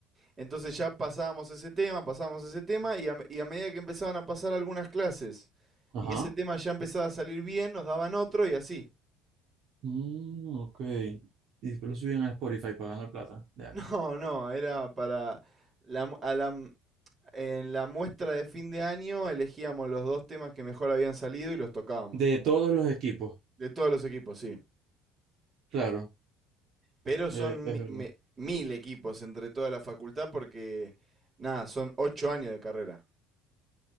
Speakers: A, on the right (about 30°); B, on the right (about 60°).
A: Entonces ya pasábamos ese tema, pasábamos ese tema y a, me- y a medida que empezaban a pasar algunas clases
B: Ajá.
A: y ese tema ya empezaba a salir bien, nos daban otro y así.
B: Mm, ok. Y después lo subían a Spotify para ganar plata.
A: <laughs>
B: Ya.
A: No, no, era para la, mu- a la m- en la muestra de fin de año elegíamos los dos temas que mejor habían salido y los tocábamos.
B: De todos los equipos,
A: De todos los equipos, sí.
B: claro.
A: Pero son
B: Eh, es
A: mi-
B: verdad.
A: me- mil equipos entre toda la facultad porque, nada, son ocho años de carrera.